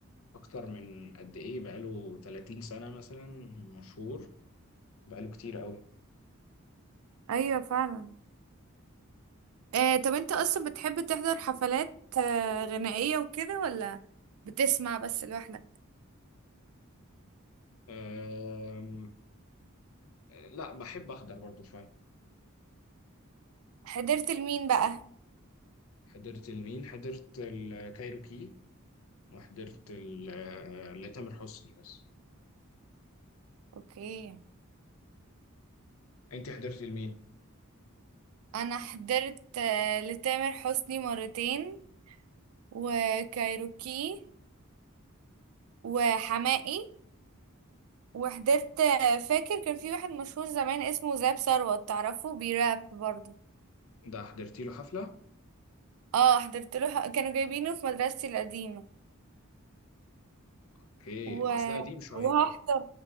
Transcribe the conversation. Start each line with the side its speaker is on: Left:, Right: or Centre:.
Left: اكتر من قد ايه بقاله 30 سنه مثلا مشهور بقاله كتير قوي
Right: ايوه فعلا آه طب انت اصلا بتحب تحضر حفلات آه غنائية وكده ولا بتسمع بس لوحدك
Left: أم... لا بحب احضر برضه شويه
Right: حضرت لمين بقى
Left: حضرت لمين حضرت الكايروكي وحضرت ال- آه، لتامر حسني بس
Right: اوكي
Left: انت حضرت لمين
Right: انا حضرت آه لتامر حسني مرتين وكايروكي وحماقي وحضرت فاكر كان في واحد مشهور زمان اسمه زاب ثروت تعرفه بيراب برضه
Left: ده حضرتي له حفلة
Right: اه حضرت له كانوا جايبينه في مدرستي القديمة
Left: اوكي
Right: و...
Left: بس ده قديم شوية
Right: وهحضر